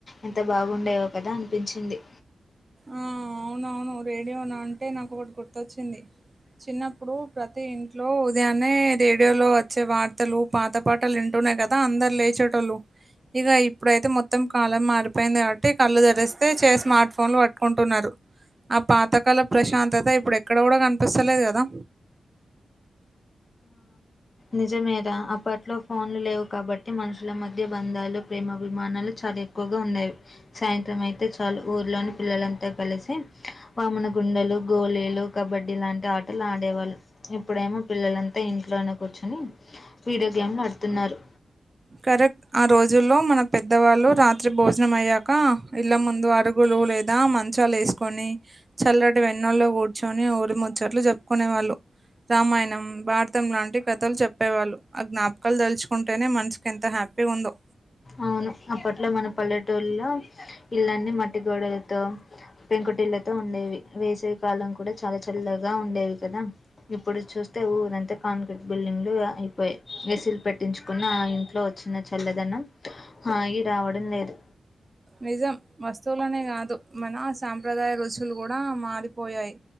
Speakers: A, on the left; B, on the right.
A: ఎంత బాగుండేవో కదా అనిపించింది
B: ఆ అవునవును రేడియోను అంటే నాకు ఒకటి గుర్తొచ్చింది చిన్నప్పుడు ప్రతి ఇంట్ ట్లో ఉదయాన్నే రేడియోలో వచ్చే వార్తలు పాత పాటలు వింటునే కదా అందరు లేచెటోళ్ళు ఇగ ఇప్పుడైతే మొత్తం కాలం మారిపోయింది కాబట్టి కళ్ళు తెరిస్తే చే స్మార్ట్ ఫోన్లు పట్ కొంటున్నారు ఆ పాతకాల ప్రశాంతత ఇప్పుడు ఎక్కడ కూడా కనిపిస్తలేదు కదా
A: నిజమే రా అప్పట్లో ఫోన్లు లేవు కాబట్ ట్టి మనుషుల మధ్య బంధాలు ప్రేమభిమానాలు చాలా ఎక్కువగా ఉండేవి సాయంత్రం అయితే చాలు ఊర్లోని పిల్లలంతా కలిసి వామున గుండలు గోలీలు కబడ్డీ లాంటి ఆటలు ఆడేవాళ్ళు ఇప్పుడేమో పిల్లలంతా ఇంట్లోనే కూర్చొని వీడియో గేమ్లు ఆడుతున్నారు
B: కరెక్ట్ ఆ రోజుల్లో మన పెద్దవాళ్ళు రాత్రి భోజనం అయ్యాక ఇళ్ళ ముందు అరుగులు లేద్ ద మంచాలేసుకోని చల్లటి వెన్నోళ్ల్లో కూర్చొని ఊరిముచ్చట్లు చెప్పుకునే వాళ్ళు రామాయణం భారతం లాంటి కథలు చెప్పేవాళ్ళు ఆ జ్ఞాపకాలు తలుచుకుంటేనే మనసు ఎంత హ్యాపీగుందో
A: అవును అప్పట్లో మన పల్లెటూళ్లో ఇల్లన్ని మట్టిగోడలతో పెంకుటిళ్లతో ఉండేవి వేసవి కాలం కూడా చాలా చల్లగా ఉండేవి కదా ఇప్పుడు చూస్తే ఊరంతా కాంక్రీట్ బిల్డింగ్లు అయిపోయి ఎ సీ లు పెట్టించుకున్న ఆ ఇంట్లో వచ్చినచి చల్ల దనం హాయి రావడం లేదు
B: నిజం వస్తువులనే కాదు మన సాంప్రదాయ రుచులు కూడా మారిపోయాయి